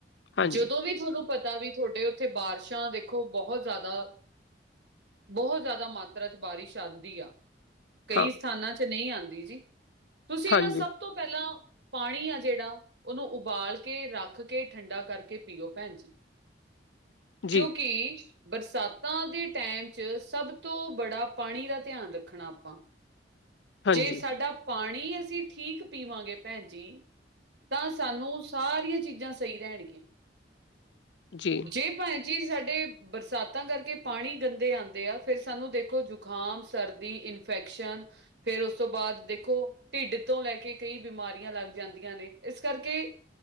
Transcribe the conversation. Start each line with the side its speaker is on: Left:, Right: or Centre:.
Left: ਹਾਂਜੀ
Right: ਜਦੋਂ ਵੀ ਤੁਹਾਨੂੰ ਪਤਾ ਵੀ ਥੋਡੇ ਓਥੇ ਬਾਰਿਸ਼ਾਂ ਦੇਖੋ ਬਹੁ ਜ਼ਾਦਾ ਬਹੁ ਜ਼ਾਦਾ ਮਾਤਰਾ ਚ ਬਾਰਿਸ਼ ਆਂਦੀ ਆ। ਕਈ
Left: ਹਾਂ
Right: ਸਥਾਨਾਂ ਚ ਨਈ ਆਂਦੀ ਜੀ, ਤੁਸੀਂ ਏਨਾਂ
Left: ਹਾਂਜੀ
Right: ਸਬ ਤੋਂ ਪੈਲਾਂ- ਪਾਨੀ ਆ ਜੇੜਾ ਓਨੂੰ ਉਬਾਲ ਕੇ ਰੱਖ ਕੇ ਠੰਡਾ ਕਰਕੇ ਪੀਓ ਭੈਨ ਜੀ।
Left: ਜੀ
Right: ਕਿਓਂਕਿ ਬਰਸਾਤਾਂ ਦੇ ਟੈਮ ਚ ਸਬ ਤੋਂ ਬੜਾ ਪਾਨੀ ਦਾ ਧਿਆਨ ਰੱਖਨਾ ਆਪਾਂ।
Left: ਹਾਂਜੀ
Right: ਜੇ ਸਾਡਾ ਪਾਨੀ ਅਸੀਂ ਠੀਕ ਪੀਵਾਂਗੇ ਭੈਨ ਜੀ ਤਾਂ ਸਾਨੂੰ ਸਾਰੀਆਂ ਚੀਜ਼ਾਂ ਸਈ ਰਹਿਗੀਆਂ,
Left: ਜੀ
Right: ਜੇ ਭੈਨ ਜੀ ਸਾਡੇ ਬਰਸਾਤਾਂ ਕਰਕੇ ਪਾਨੀ ਗੰਦੇ ਆਂਦੇ ਆ ਫੇਰ ਸਾਨੂੰ ਦੇਖੋ ਜ਼ੁਖਾਮ ਸਰਦੀ ਇਨ ਫੈਕਸ਼ਨ ਫੇਰ ਓਸ ਤੋਂ ਬਾਦ ਦੇਖੋ ਢਿੱਡ ਤੋਂ ਲੈ ਕੇ ਕਈ ਬਿਮਾਰੀਆਂ ਲੱਗ ਜਾਂਦੀਆਂ ਨੇ। ਏਸ ਕਰਕੇ